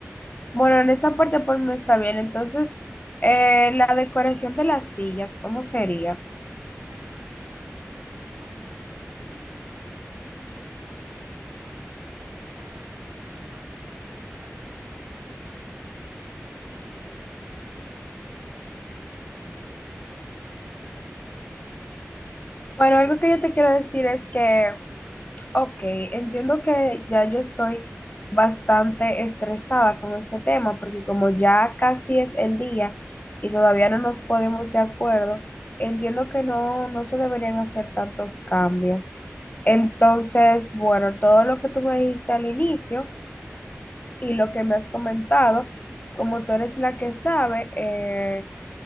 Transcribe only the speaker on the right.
La decoración, bueno, no tengo decoración de la silla ahora mismo, eh, justamente por eso quería hacer esta llamada, para ver qué tú me recomiendas, qué eh, quieres, o sea, no qué me recomiendas, sino qué tú quieres y así yo te puedo hacer recomendaciones.